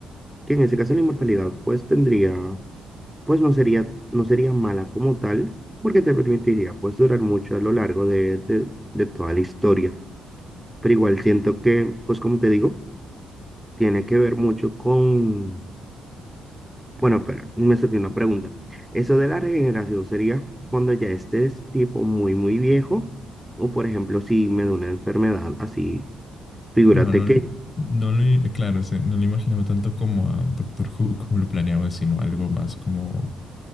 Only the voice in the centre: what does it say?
que en ese caso la inmortalidad pues tendría, pues no sería, no sería mala como tal, porque te permitiría pues durar mucho a lo largo de, de, de toda la historia. Pero igual siento que, pues como te digo, tiene que ver mucho con Bueno, espera, me surgió una pregunta. ¿Eso de la regeneración sería cuando ya estés tipo muy, muy viejo? O por ejemplo, si me da una enfermedad así, figúrate
que,